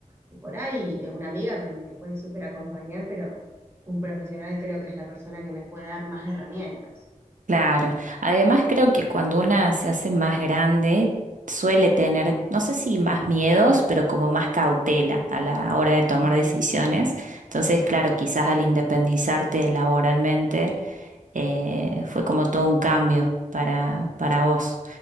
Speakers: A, on the right (about 20°); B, on the right (about 70°).
A: que por ahí eh, una amiga me, me puede súper acompañar, pero un profesional creo que es la persona que me puede dar más herramientas.
B: claro. Además, creo que cuando una se hace más grande, suele tener, no sé si más miedos, pero como más cautela a la hora de tomar
A: Sí.
B: decisiones. Entonces, claro, quizás al independizarte laboralmente, eh, fue como todo un cambio para, para vos.